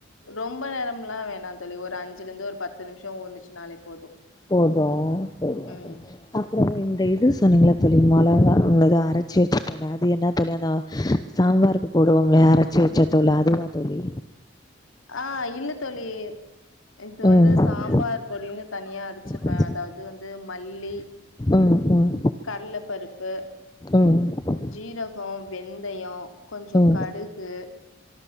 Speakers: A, on the left; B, on the left.
A: ரொம்ப நேரம்லா வேணா தோழி ஒரு அஞ்சுல இருந்து ஒரு பத்து நிமிஷ ஊர்னுச்சுனாலே போது
B: போது சரியா
A: ம்
B: போச்சு அப்புறம் இந்த இது சொன்னீங்களா தோழி மொளகா அரைச்சி வச்சு அது என்ன தோழி அந்த சாம்பாருக்கு போடுவோம்ள அரச்சு வச்ச தூளு அது வா தோழி
A: ஆ இல்ல தோழி இது
B: ம்
A: வந்து சாம்பார்
B: அது
A: பொடினு தனியா இரு வச்சுப்ப
B: வச்சு
A: அதாவது வந்து மல்லி
B: ம் ம்
A: கல்ல பருப்பு
B: ம் ம்
A: ஜீரகோ வெந்தயே கொஞ்ச
B: ம்
A: கடுகு